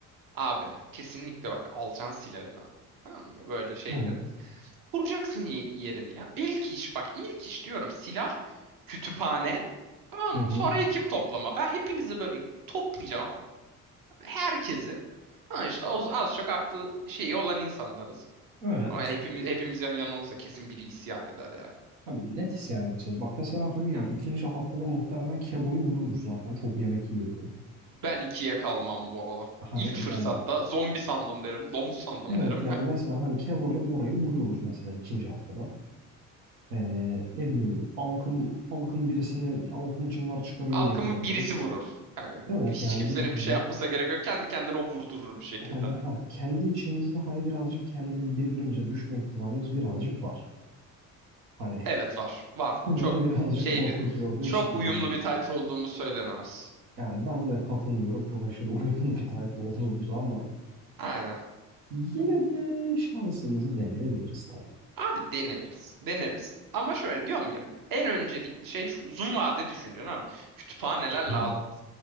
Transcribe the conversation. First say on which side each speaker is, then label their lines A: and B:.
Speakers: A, on the right (about 50°); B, on the right (about 80°).
A: Abi kesinlikle bak alacaksın silahını. Tamam mı? Böyle şeylerini.
B: Evet.
A: Vuracaksın ye- yerini ya. İlk iş bak ilk iş diyorum silah, kütüphane. Tamam
B: Hı hı.
A: mı? Sonra ekip toplama. Ben hepinizi böyle toplayacağım. Herkesi. Ha işte az, az çok aklı şeyi olan insanlarız.
B: Evet.
A: Ama hepimiz hepimiz yan yana olursa kesin biri isyan eder ya.
B: Abi net isyan edeceğiz. Bak mesela hani ya ikinci haftada muhtemelen Kebo'yu vuruyoruz zaten çok yemek yiyor diye.
A: Ben ikiye kalmam bu arada.
B: Hani
A: İlk fırsatta
B: yani
A: zombi sandım derim, domuz sandım
B: Evet
A: derim.
B: yani mesela hani Kebo ile Bora'yı vuruyoruz mesela ikinci haftada. Ee, ne bileyim Alkım Alkım birisini Alkım'ı çıngar çıkarıyor
A: Halkımı
B: diye vurabiliriz.
A: birisi vurur. Kanka
B: Evet
A: hiç
B: yani
A: kimsenin
B: yine hani,
A: bir şey yapmasa gerek yok. Kendi kendine o vurdurur bir şekilde.
B: hani ha kendi içimizde hani birazcık kendim birbirimize düşme ihtimalimiz birazcık var. Hani <laughs>
A: Evet var. Var.
B: bu
A: Çok
B: beni birazcık
A: şey
B: korkutuyor
A: bir
B: ve
A: çok
B: işkillendiriyor.
A: uyumlu bir tayfa olduğumuz söylenemez.
B: Yani ben de katılmıyorum çok aşırı <laughs> uyumlu bir tayfa olduğumuzu ama
A: Aynen.
B: yine de şansımızı deneyebiliriz tabii.
A: Abi deneriz. Deneriz. Ama şöyle diyorum ya en öncelikli şey şu uzun vade düşüncen abi. Kütüphaneler
B: Hı
A: lazım.
B: hı.